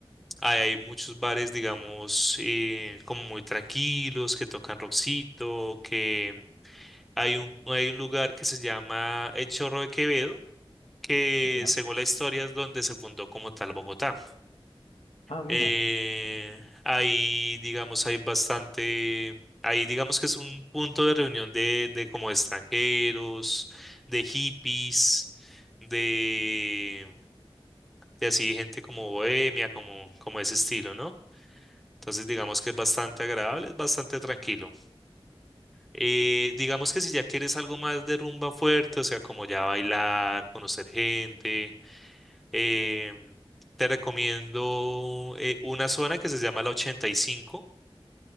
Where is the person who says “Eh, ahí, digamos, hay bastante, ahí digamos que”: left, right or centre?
Centre